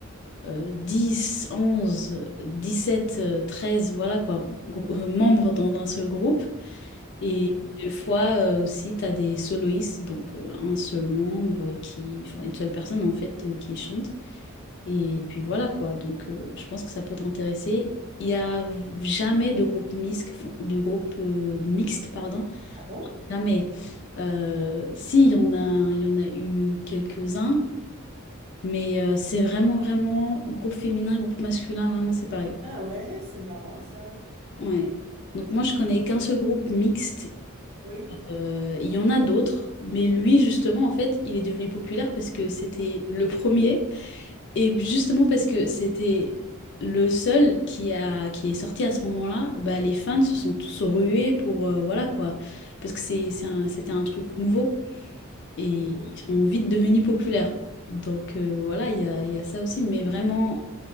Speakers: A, on the left (about 55°); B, on the right (about 30°).
A: euh, 10, 11, 17, euh, 13, voilà quoi, grou- euh, membres dans un seul groupe. Et
B: Mhm.
A: des fois euh, aussi tu as des soloistes, donc euh, un seul membre qui, enfin une seule personne en fait euh, qui chante. Et puis voilà quoi, donc euh, je pense que ça peut t'intéresser. Il n'y a jamais de groupe mixte, de groupe euh, mixte, pardon,
B: Ah bon?
A: jamais. Euh, si, il y en a, il y en a eu quelques-uns, mais euh, c'est vraiment, vraiment groupe féminin, groupe masculin, vraiment séparé.
B: Ah ouais, c'est marrant ça.
A: Ouais. Donc moi, je connais qu'un seul groupe mixte
B: Oui.
A: Euh, il y en a d'autres, mais lui, justement, en fait, il est devenu populaire parce que c'était le premier. Et justement parce que c'était le seul qui a qui est sorti à ce moment-là, bah les fans se sont tous rués pour euh, voilà quoi, parce que c'est c'est un- c'était un truc nouveau et
B: Mhm.
A: ils sont vite devenus populaires. Donc euh, voilà, il y a, il y a ça aussi, mais vraiment,